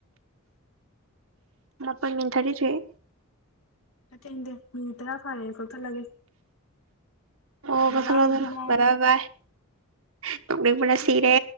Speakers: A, on the right (about 70°); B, on the left (about 80°).
A: ꯄ ꯃꯤꯊꯔꯤ ꯆ ꯍꯦ
B: ꯅꯠꯇꯦ ꯅꯠꯇꯦ ꯃꯤꯅꯤꯠ ꯇꯔꯥ ꯐꯥꯔꯦ ꯀꯛꯊꯠꯂꯒꯦ
A: ꯑꯣ
B: ꯕꯕꯥꯏ
A: ꯀꯊꯂꯣ
B: ꯒꯨꯗ ꯅꯥꯏꯠ
A: ꯀꯊꯂꯣ ꯕꯥ ꯕꯥ ꯁꯤꯔꯦ